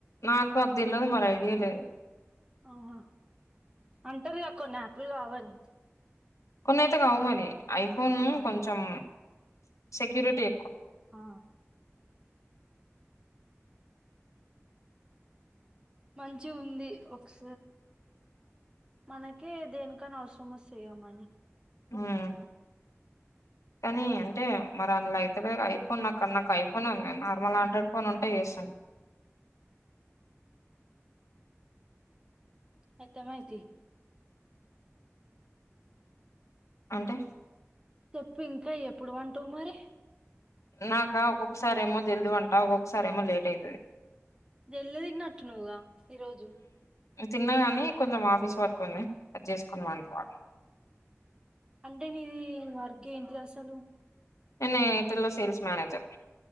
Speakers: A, on the left (about 85°); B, on the right (about 20°).
A: నాకు అది తెల్వదు మరి ఐడియా లేదు.
B: ఆహా! అంటరుగా? కొన్ని యాపులు కావాలి.
A: కొన్ని అయితే కావుమరి. ఐఫోను,
B: ఆ
A: కొంచెం సెక్యూరిటి.
B: ఆ! మంచి ఉంది ఒకస మనకే దేనికన్నా అవసరం వస్తాయి గ మనీ
A: ఉమ్! కానీ అంటే? మరి అందులో అయితేలే అయిపోన్ నాకు. అక్కడ నాకు ఐఫోన్ ఉంది నార్మల్ ఆండ్రాయిడ్ ఫోన్ ఉంటే చేసాను.
B: అర్థమయితాయి.
A: అంటే
B: చెప్పు ఇంకా ఎప్పుడు వంటవు మరి
A: నాక ఒక్కొక్కసారి ఏమో జల్దీ పంట ఒక్కొక్కసారి ఏమో లేట్ అయితది
B: జెల్ది తిన్నట్టున్నావ్ గా ఈరోజు
A: తిన్న కానీ కొంచెం ఆఫీస్ వర్క్ ఉంది అది చేసుకొని పండుకోవాలి
B: అంటే నిది వర్ కేంటిదసలు
A: నిను ఎయిటల్ ల్లో సెల్స్ మనేజర్